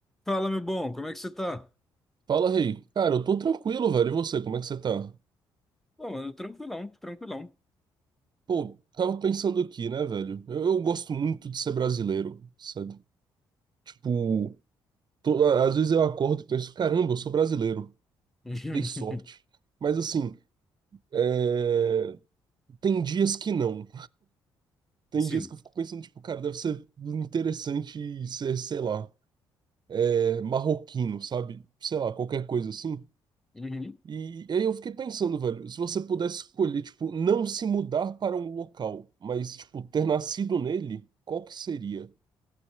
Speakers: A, in the centre; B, on the right.
A: Fala, meu bom, como é que você tá?
B: Fala, Rei. Cara, eu tô tranquilo, velho. E você, como é que você tá?
A: Bom, mano, tranquilão, tranquilão.
B: Pô, tava pensando aqui, né, velho? Eu, eu gosto muito de ser brasileiro, sabe? Tipo, tô- a- às vezes eu acordo e penso, caramba, eu sou brasileiro.
A: <laughs>
B: Dei sorte. Mas assim, é, tem dias que não. Tem
A: Sim.
B: dias que eu fico pensando, tipo, cara, deve ser interessante ser, sei lá, é, marroquino, sabe? Sei lá, qualquer coisa assim.
A: Uhum.
B: E aí eu fiquei pensando, velho, se você pudesse escolher, tipo, não se mudar para um local, mas, tipo, ter nascido nele, qual que seria?